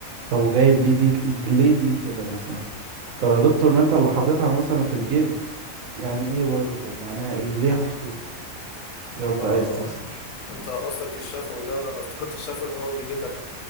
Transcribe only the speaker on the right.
طب وجايب ليه دي ليه دي كده مثلا طب يا دكتور ما انت اللي حاططها مثلا في الجيب يعني ايه برضه طب معناها ايه ليه محطوطة يا رب
عايز تفصل